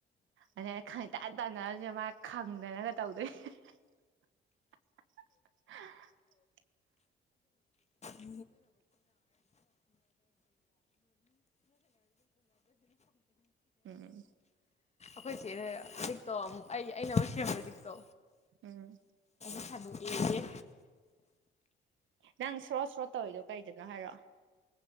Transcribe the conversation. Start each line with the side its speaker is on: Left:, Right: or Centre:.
Right: ꯑꯗꯩ ꯈꯪꯇꯥꯟ ꯇꯥꯟꯅ ꯃ ꯈꯪꯗꯅꯒ ꯇꯧꯗꯣꯏꯅꯦ <unintelligible>
Left: <unintelligible> <unintelligible>
Right: ꯎꯝ
Left: ꯑꯩꯈꯣꯏ ꯆꯦꯅ ꯂꯤꯛꯇꯣ ꯑꯃꯨꯛ ꯑꯩ ꯑꯩꯅ ꯑꯃ ꯁꯦꯝꯕ ꯂꯤꯛꯇꯣ꯫
Right: ꯎꯝ꯫
Left: ꯁꯗꯣꯛ ꯑꯦꯌꯦ꯫
Right: ꯅꯪ ꯁ꯭ꯔꯣꯠ ꯁ꯭ꯔꯣꯠ ꯇꯧꯔꯤꯗꯣ ꯀꯩꯗꯅꯣ ꯍꯥꯏꯔꯛꯑꯣ꯫